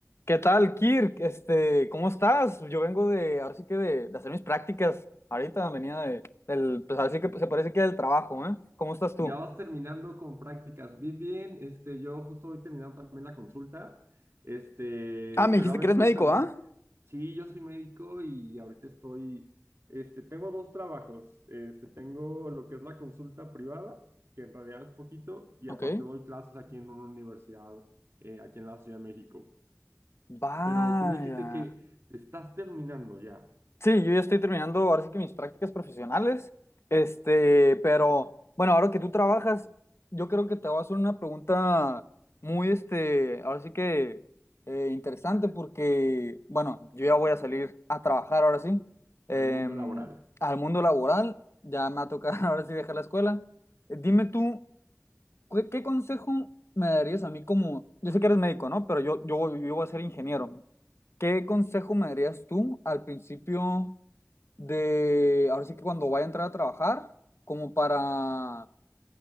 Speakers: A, on the left; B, on the right.
A: ¿Qué tal, Kirk? Este, ¿cómo estás? Yo vengo de, ahora sí que de, de hacer mis prácticas. Ahorita venía de, del, pues ahora sí que se parece que del trabajo, ¿eh? ¿Cómo estás tú?
B: Ya vas terminando con prácticas. Bien, bien. Este, yo justo voy terminando también la consulta. Este,
A: Ah, me
B: pero
A: dijiste
B: a ver,
A: que eres
B: cuéntame.
A: médico, ¿ah?
B: Sí, yo soy médico y ahorita estoy, este, tengo dos trabajos. Este, tengo lo que es la consulta privada, que en realidad es poquito, y
A: Ok.
B: aparte doy clases aquí en una universidad, eh, aquí en la Ciudad de México.
A: Vaya.
B: Pero tú me dijiste que te estás terminando ya
A: Sí, yo ya estoy terminando ahora sí que mis prácticas profesionales, este, pero bueno, ahora que tú trabajas, yo creo que te voy a hacer una pregunta muy, este, ahora sí que eh, interesante porque, bueno, yo ya voy a salir a trabajar ahora sí, em,
B: al mundo laboral.
A: al mundo laboral, ya me va a tocar <laughs> ahora sí dejar la escuela. Eh, Dime tú, ¿qué, qué consejo me darías a mí como, yo sé que eres médico, ¿no? Pero yo, yo, yo voy a ser ingeniero. ¿Qué consejo me darías tú al principio? de, ahora sí que cuando vaya a entrar a trabajar, como para,